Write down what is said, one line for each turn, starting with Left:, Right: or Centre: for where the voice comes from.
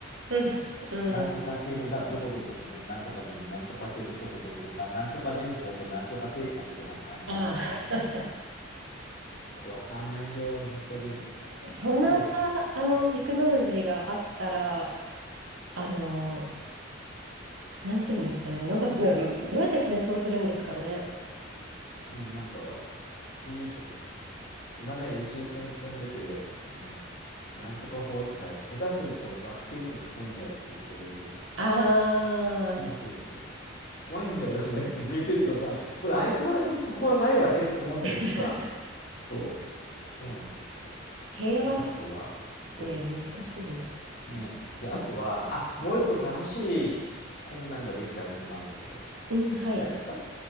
Right: ん、うん、
Left: なんとか制のだ、どこどこのなんとかと、なんとか制のどこととか、なんとか連邦となんとか帝国となんか、いまだにやってるっていうね。
Right: ああ。
Left: よくわかんないんだよ、本当に。
Right: <laughs> そんなさ、
Left: そうそうそ
Right: あの、テクノロジーがあったら、あの、なんていうんですかね、なんか、ねどうやって戦争するんですかね。
Left: う。うん、なんか、ピーとか。いまだに宇宙船飛んでて、うん、なんとか法とかやると、下手すると惑星一個吹っ飛んじゃうっていう、そういう、
Right: ああ、
Left: そうそうそう。怖いんだよ。だから <laughs> 見てるとさ、これ相変わらずそこはないわけって思うんだけどさ、
Right: <laughs>
Left: そう、そうなんですよ。
Right: 平和っ
Left: で、あとは、
Right: て難しいんだ。
Left: そうそうそう、なんかち、ね。で、あとは、
Right: うん、
Left: あ、もう一個楽しい、こんなのができたっていうのもあるんだけど、
Right: うんはい。
Left: 聞きたいですか